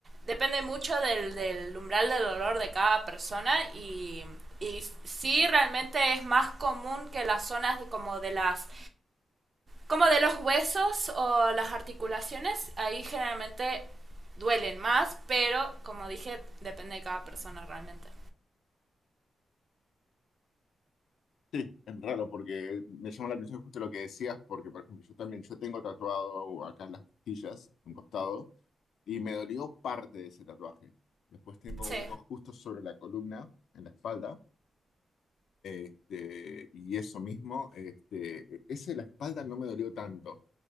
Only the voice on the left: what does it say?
Sí, es raro porque me llama la atención justo lo que decías, porque por ejemplo yo también, yo tengo tatuado acá en las costillas, un costado, y me dolió parte de ese tatuaje. Después tengo
uno justo sobre la columna, en la espalda, este, y eso mismo, este, ese de la espalda no me dolió tanto,